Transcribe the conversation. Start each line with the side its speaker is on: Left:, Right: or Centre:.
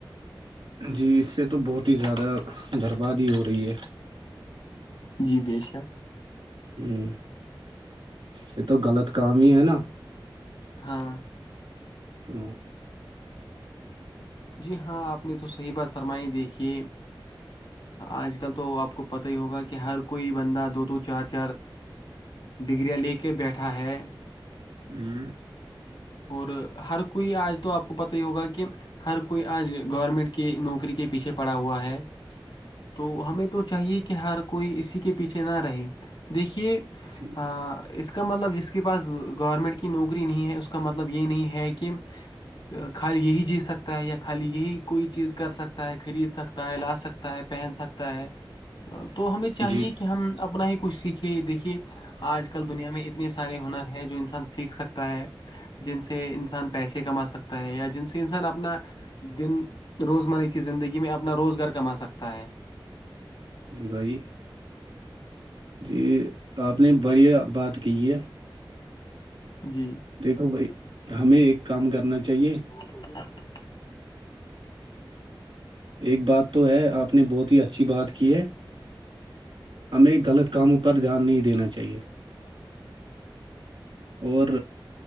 Right: جی اس سے تو بہت ہی زیادہ برباد ہی ہو رہی ہے
Left: جی بے شک
Right: ہوں یہ تو غلط کام ہی ہے نا
Left: ہاں
Right: ہ
Left: جی ہاں آپ نے تو صحیح بات فرمائی دیکھیے آج کل تو آپ کو پت ہی ہوگا کہ ہر کوئی بندہ دو دو چار چار ڈگریاں لے کے بیٹھا ہے
Right: ہوں
Left: اور ہر کوئی آج تو آپ کو پت ہی ہوگا کہ ہر کوئی آج گورنمنٹ کی نوکری کے پیچھے پڑا ہوا ہے تو ہمیں تو چاہیے کہ ہر کوئی اسی کے پیچھے نہ رہے دیکھیے
Right: جی
Left: آ، اس کا مطلب جس کے پاس گورنمنٹ کی نوکری نہیں ہے اس کا مطلب یہ نہیں ہے کہ خالی یہی جی سکتا ہے یا خالی یہی کوئی چیز کر سکتا ہے خرید سکتا ہے لا سکتا تا ہے پہن سکتا ہے تو ہمیں چاہیے
Right: جی
Left: کہ ہم اپنا ہی کچھ سیکھے دیکھیے آج کل دنیا میں اتنے سارے ہنر ہیں جو انسان سیکھ سکتا ہے جن سے انسان پیسے کما سکتا ہے یا جن سے انسان اپنا دن روزمرہ کی زندگی میں اپنا روزگار کما سکتا ہے
Right: جی بھائی جی آپ نے بڑی بات کی ہے
Left: جی
Right: دیکھو بھائی ہمیں ایک کام کرنا چاہیے
Left: ب
Right: ایک بات تو ہے آپ نے بہت ہی اچھی بات کی ہے ہمیں غلط کاموں پر دھیان نہیں دینا چاہیے اور